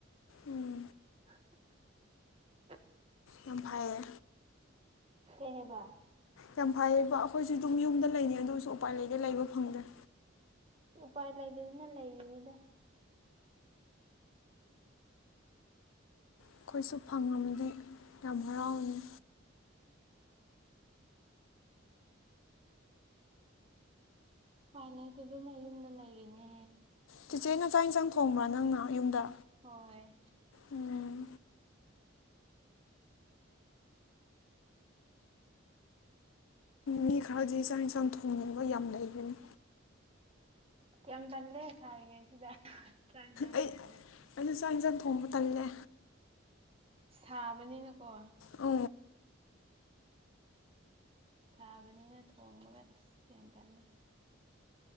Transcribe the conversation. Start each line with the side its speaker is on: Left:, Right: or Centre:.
Left: ꯎꯝ
Right: <inaudible>
Left: ꯌꯥꯝ ꯐꯩꯌꯦ
Right: ꯀꯦꯍꯕ
Left: ꯌꯥꯝ ꯐꯩꯌꯦꯕ ꯑꯩꯈꯣꯏꯁꯨ ꯑꯗꯨꯝ ꯌꯨꯝꯗ ꯂꯩꯅꯤ ꯑꯗꯨꯁꯨ ꯎꯄꯥꯏ ꯂꯩꯗꯤ ꯂꯩꯕ ꯐꯪꯗ꯭ꯔꯦ
Right: ꯎꯄꯥꯏ ꯂꯩꯗꯗꯅ ꯂꯩꯔꯤꯅꯤꯗ
Left: ꯑꯩꯈꯣꯏꯁꯨ ꯐꯪꯉꯕꯗꯤ ꯌꯥꯝ ꯍꯔꯥꯎꯅꯤ꯫
Right: ꯎꯄꯥꯏ ꯂꯩꯇꯗꯅ ꯌꯨꯝꯗ ꯂꯩꯔꯤꯅꯦ꯫
Left: ꯆꯤꯆꯦ ꯅ ꯆꯥꯛ ꯏꯟꯁꯥꯡ ꯊꯣꯡꯕ꯭ꯔꯥ ꯅꯪꯅ ꯌꯨꯝꯗ꯫
Right: ꯍꯣꯏ
Left: ꯎꯝ ꯃꯤ ꯈꯔꯗꯤ ꯆꯥꯛ ꯏꯟꯁꯥꯡ ꯊꯣꯡꯅꯤꯡꯕ ꯌꯥꯝ ꯂꯩꯕꯅꯤ
Right: ꯌꯥꯝ ꯇꯜꯂꯦ ꯁꯥꯔꯤ ꯉꯩꯁꯤꯗ ꯆꯥꯛ ꯏꯟꯁꯥꯡ
Left: ꯑꯩ
Right: ꯊꯣꯡꯕꯒ
Left: ꯑꯩꯁꯨ ꯆꯥꯛ ꯌꯦꯟꯖꯥꯡ ꯊꯣꯡꯕ ꯇꯜꯂꯦ
Right: ꯁꯥꯕꯅꯤꯅꯀꯣ
Left: ꯑ
Right: ꯁꯥꯕꯅꯤꯅ ꯊꯣꯡꯕꯒ ꯑꯁ ꯌꯥꯝ ꯇꯜꯂꯦ